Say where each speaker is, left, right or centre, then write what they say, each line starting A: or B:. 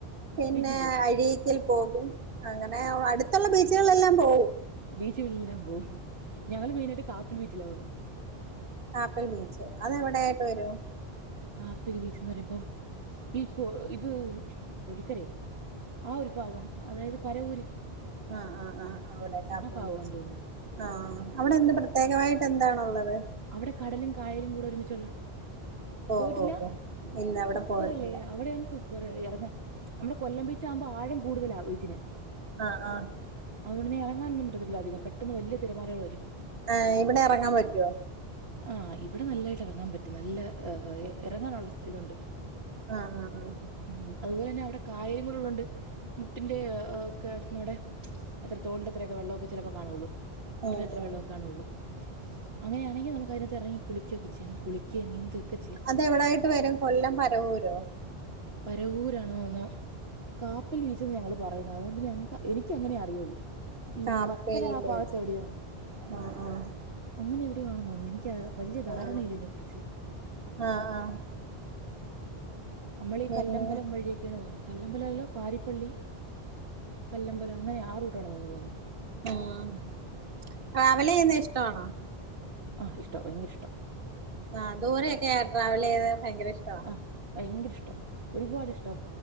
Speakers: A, on the right; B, on the right.
A: പിന്നെ
B: ബീച്ചിൽ പോവും
A: അഴീക്കിൽ പോകും അങ്ങനെ അടുത്തുള്ള ബീച്ചുകളെല്ലാം പോകും
B: ബീച്ചുകളളെല്ലാം പോവും ഞങ്ങള് മെയിനായിട്ട് കാപ്പിൽ ബീച്ചിലാ പോകുന്നെ
A: കാപ്പിൽ ബീച്ച് അത് എവിടെയായിട്ട് വരും
B: കാപ്പിരി ബീച്ച്ന്ന് പറയുമ്പം ഇപ്പൊ ഇത് പൊടിക്കരയോ ആ ഒരു ഭാഗം അതായത് പരവൂര്
A: ആഹ് ആഹ് ആഹ് ആഹാ അവിടെ കാപ്പിരി
B: ആ ഭാഗമാന്ന്
A: ബീച്ച്
B: തോന്നുന്നു
A: ആഹ് അവിടെ എന്ത് പ്രത്യേകവായിട്ട് എന്താണുള്ളത്
B: അവിടെ കടലും കായലും കൂടെ ഒരുമിച്ചുള്ള
A: ഓ
B: പോയിട്ടില്ല
A: ഓ ഓ ഇല്ല അവിടെ
B: സൂപ്പർ
A: പോയിട്ടില്ല
B: അല്ലേ അവിടെയാണ് സൂപ പറ് ഇറങ്ങ നമ്മുടെ കൊല്ലം ബീച്ചാകുമ്പോ ആഴം കൂടുതല ബീച്ചിന്
A: ആഹ് ആഹ്
B: അതുകൊണ്ട് ഇനി ഇറങ്ങാനൊന്നുംപറ്റത്തില്ല അധിക പെട്ടെന്നു വലിയ തിരമാലകൾ വരും
A: ആഹ് ഇവിടെ ഇറങ്ങാൻ പറ്റുവോ
B: ആഹ് ഇവിടെ നല്ലായിട്ട് ഇറങ്ങാൻ പറ്റും നല്ല ഇറങ്ങാനുള്ള ഇതുണ്ട്
A: ആഹ് ആഹ് ആഹ്
B: ഉം അതുപോലെ തന്നെ അവിടെ കായൽ കൂടെ ഉള്ളോണ്ട് മുട്ടിന്റെക്കെ നമ്മടെ എത്ര തോളിന്റെ അത്രയൊക്കെ വെള്ളമൊക്കെ ചിലപ്പോ കാണുള്ളൂ മുട്ടന്റെ
A: ഉം
B: അത്ര
A: ഉം
B: വെള്ളക്കെ കാണുള്ളൂ അങ്ങനെയാണെങ്കിൽ നമുക്ക് അതിനത്ത് ഇറങ്ങി കുളിക്കൊക്കെ ചെയ്യ കുളിക്കിയ നീന്തൊക്കെ
A: അതെവിടായിട്ട് വരും കൊല്ലം പരവൂരോ
B: പരവൂരാണോന്ന് കാപ്പൽ ബിച്ചന്ന് ഞങ്ങൾ പറയുന്നത് അതുകൊണ്ട് ഞങ്ങൾക്ക് എനിക്ക് അങ്ങനെ അറിയുള്ളൂ ഈ
A: കാപ്പേൽ
B: വർക്കല ആ
A: ബീച്ച്
B: ഭാഗത്ത് എവിടെയോ ആണ്
A: ആഹ് ആഹ്
B: അങ്ങനെ എവിടെ ആണെന്ന് തോന്നുന്നു എനിക്ക് വലിയ ധാരണയില്ല
A: ആഹ്
B: ഇതിനെ കുറിച്ച്
A: ആഹ് ആഹ്
B: നമ്മൾ ഈ
A: പിന്നെ
B: കല്ലമ്പലം വഴിയൊക്കെയാണ് പോകന്നുന്നത് കല്ലമ്പലമല്ല പാരിപ്പള്ളി കല്ലമ്പലം അങ്ങനെ ആ റൂട്ടാണ് തോന്നു പോകുന്നേ
A: ആഹ് ട്രാവല് ചെയ്യുന്ന ഇഷ്ടാണോ
B: ആഹ് ഇഷ്ട ഭയങ്കര ഇഷ്ടാ
A: ആഹ് ദൂരെക്കെ ട്രാവൽ ചെയ്ത് ഭയങ്കര ഇഷ്ടമാ
B: ആഹ് ഭയങ്കര ഇഷ്ടം ഒരുപാട് ഇഷ്ട